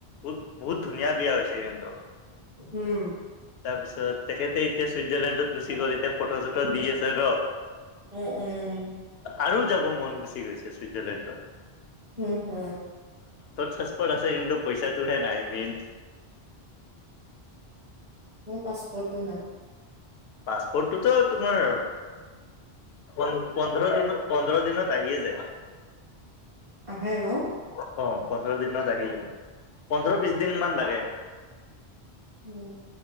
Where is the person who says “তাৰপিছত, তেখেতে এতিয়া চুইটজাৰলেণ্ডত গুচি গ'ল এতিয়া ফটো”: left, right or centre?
Left